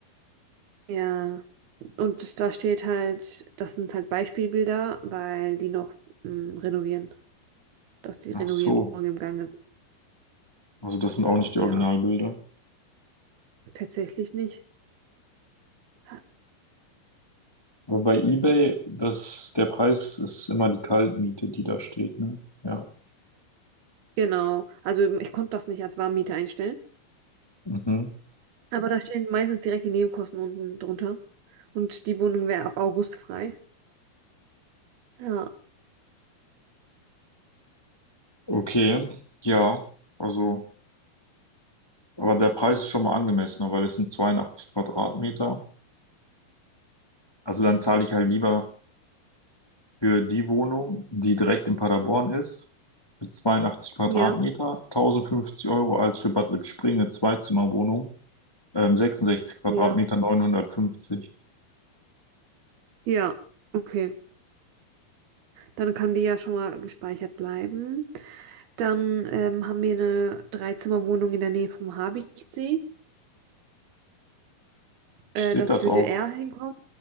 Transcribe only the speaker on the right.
Ja, und das, da steht halt, das sind halt Beispielbilder, weil die noch mh, renovieren, dass die Renovierungen
im Gange sind.
Ja,
tatsächlich nicht. Ha-
Genau, also hm, ich konnte das nicht als Warmmiete einstellen,
aber da stehen meistens direkt die Nebenkosten unten drunter und die Wohnung wäre ab August frei. Ja,
ja,
ja,
ja, okay. Dann kann die ja schon mal gespeichert bleiben. Dann ähm, haben wir eine Dreizimmerwohnung in der Nähe vom Habichtsee. Äh,
das
würde
er hinkommen.